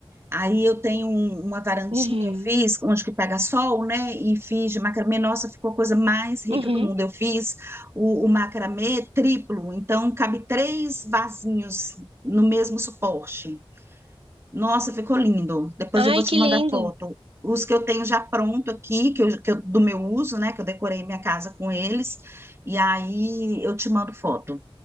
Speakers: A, on the right; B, on the right.
A: Aí eu tenho um- uma varandinha,
B: Uhum,
A: eu fiz, onde que pega sol, né? E fiz de macramê. Nossa, ficou a coisa mais rica
B: uhum.
A: do mundo. Eu fiz o, o macramê triplo, então cabe três vasinhos no mesmo suporte. Nossa, ficou lindo. Depois
B: Ai,
A: eu vou
B: que
A: te mandar
B: lindo.
A: foto. Os que eu tenho já pronto aqui, que eu, que eu- do meu uso, né? Que eu decorei minha casa com eles. E aí eu te mando foto.